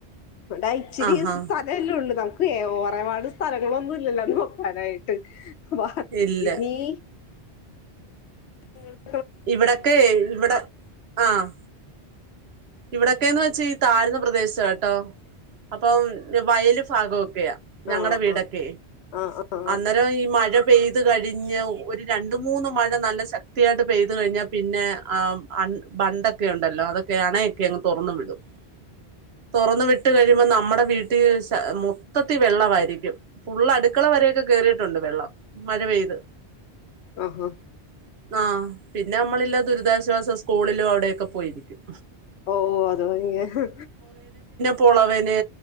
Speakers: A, on the left (about 80°); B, on the right (about 70°).
A: ഇവിടെ ഇച്ചിരി
B: ആഹ്
A: സ്ഥലം
B: ആഹ്
A: അല്ലേ ഉള്ളു ഒറപാട് സ്ഥലങ്ങളൊന്നും ഇല്ലല്ലോ നോക്കാനായിട്ട് <inaudible> വ <unintelligible>
B: ഇല്ല
A: <inaudible>
B: ഇവിടൊക്കെ ഇവിടെ ആഹ് ഇവിടൊക്കെന്ന് വെച്ചാ ഈ താഴ്ന്ന പ്രദേശ കേട്ടോ അപ്പം വയല് ഭാഗവും ഒക്കെയാ ഞങ്ങളുടെ
A: ആഹ്
B: വീടൊക്കെയെ
A: ആഹ് ആഹ്
B: അന്നേരം ഈ മഴ- പെയ്ത് കഴിഞ്ഞ് ഒരു രണ്ട് മൂന്ന് മഴ നല്ല ശക്തിയായിട്ട് പെയ്ത് കഴിഞ്ഞാൽ പിന്നെ ആ ബണ്ട് ബണ്ടൊക്കെ ഉണ്ടല്ലോ അതൊക്കെയാണെ- ഒക്കെ അങ്ങ് തുറന്നു വിടും തുറന്ന് വിട്ട് കഴിയുമ്പോ നമ്മുടെ- വീട്ടിൽ മൊത്തത്തിൽ വെള്ളമായിരിക്കും ഫുള്ള് അടുക്കള വരെയൊക്കെ കേയറിയിട്ടുണ്ട് വെള്ളം മഴ പെയ്ത്
A: ഓഹോ
B: ആഹ് പിന്നെ നമ്മളില്ലെ ദുരിതാശ്വാസ സ്കൂളിലും അവിടൊക്കെ പോയിരിക്കും
A: ഓഹ് അത് ഭയങ്കരം
B: പോളവന്